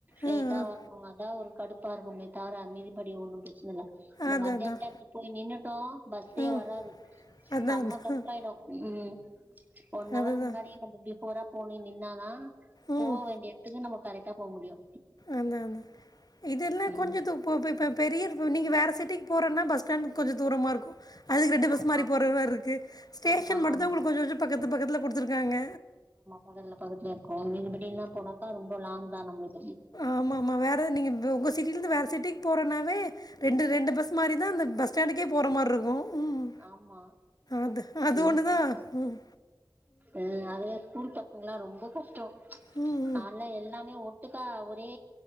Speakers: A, on the right; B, on the left.
A: லேட்டா
B: ம்
A: வ ம் அதா ஒரு கடுப்பா இருக்குமே தவர மீதி படி ஒண்ணும் பிரச்சன இல்ல இந்த
B: அதான்
A: மத்தியான்
B: அதான்
A: டைம்ல போயி நின்னுட்டோம் பஸ்ஸே
B: ம்
A: வராது
B: அதான்
A: சம்மா
B: அதான்
A: கடுப்பாயிடும் ம் ஒன்
B: அதுதான்
A: அவர் முன்னாடே கொஞ்சோ பிஃபோரா போனி நின்னாதா
B: ம்
A: போ வேண்டிய எடத்துக்கு நம்ம கரெட்டா போ முடியும்
B: அதா அதா இதுல்லா
A: ம்
B: கொஞ்ச தூ போப்ப இப்ப பெரியரிவு நீங்க வேற சிட்டிக்கு போறன்னா பஸ் ஸ்டாண்ட்க்கு கொஞ்சம் தூரமா இருக்கும் அதுக்கு ரண்டு பஸ்
A: ஆமா
B: மாரி போற மாரி இருக்கு ஸ்டேஷன்
A: ஆமா
B: மட்டுதா
A: ஆமா
B: உங்களுக்கு கொஞ்ச கொஞ்ச பக்கத்து பக்கத்துல குடுத்துருக்காங்க
A: பகல்ல பக்கத்துல இருக்கும் நீங்க இப்டின்னா போனாக்கா ரொம்ப லாங்தா நம்மளுக்
B: ஆமா ஆமா வேற நீங்க உங்க சிட்டிலருந்து வேற சிட்டி போறனாவே ரெண்டு ரெண்டு பஸ் மாரி தா அந்த பஸ் ஸ்டாண்டுக்கே போற மாரி இருக்கும் ம்
A: ஆமா
B: அது அது
A: என்ன
B: ஒன்று
A: பண்றது
B: தான் ம்
A: ம் அதுல ஸ்கூல் பசங்கலா ரொம்ப கஷ்டம்
B: ம்
A: நாலா எல்லாமே ஒட்டுக்கா ஒரே